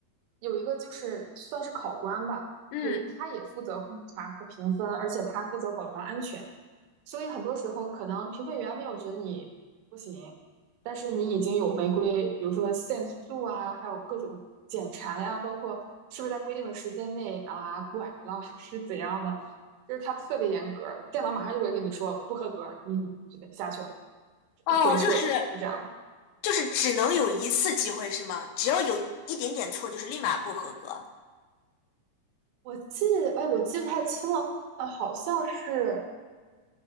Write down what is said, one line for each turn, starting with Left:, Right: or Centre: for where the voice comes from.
Right: 有一个就是算是考官吧，
Left: 嗯，
Right: 有一他也负责观察和评分，而且他负责保障安全。所以很多时候可能评分员没有觉得你不行，但是你已经有违规，比如说限速啊，还有各种检查呀、包括是不是在规定的时间内啊拐了 <laughs> 是怎样的，就是它特别严格，电脑马上就会跟你说不合格，你就得下去了，
Left: 哦，
Right: 回去了，
Left: 就是
Right: 就这样。
Left: 就是只能有一次机会是吗？只要有一点点错，就是立马不合格。
Right: 我记，哎，我记不太清了，好像是。